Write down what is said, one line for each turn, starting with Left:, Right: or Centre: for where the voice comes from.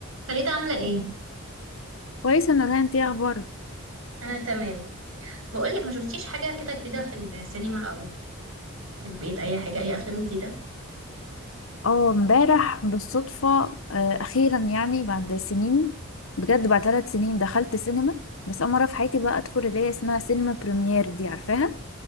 Right: فريدة عاملة ايه؟
Left: كويسة نورهان انتي اخبارك
Right: أنا تمام بقولك ما شفتيش حاجة كده جديدة في السينما أو في البيت أي حاجة أي أفلام جديدة؟
Left: اه امبارح بالصدفة آه، اخيرا يعني بعد سنين بجد بعد ثلاث سنين دخلت سينما بس اول مرة في حياتي بقى ادخل اللي هي اسمها سينما بريمير دي عارفاها